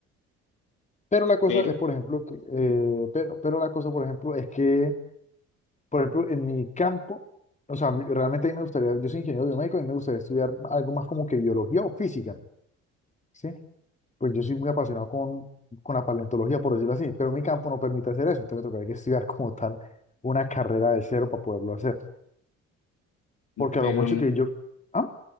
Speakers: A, on the left (about 20°); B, on the left (about 55°).
A: Pero la cosa
B: pero,
A: es, por ejemplo, que, eh,
B: mm,
A: pero, pero la cosa, por ejemplo, es que, por ejemplo, en mi campo, o sea, a mí- realmente a mí me gustaría, yo soy ingeniero biomédico y me gustaría estudiar algo más como que biología o física, ¿sí? pues yo soy muy apasionado con, con la paleontología, por decirlo así, pero mi campo no permite hacer eso, entonces me tocaría que estudiar <laughs> como tal una carrera de cero para poderlo hacer, porque
B: pero
A: a lo mucho
B: n-
A: que yo, ah,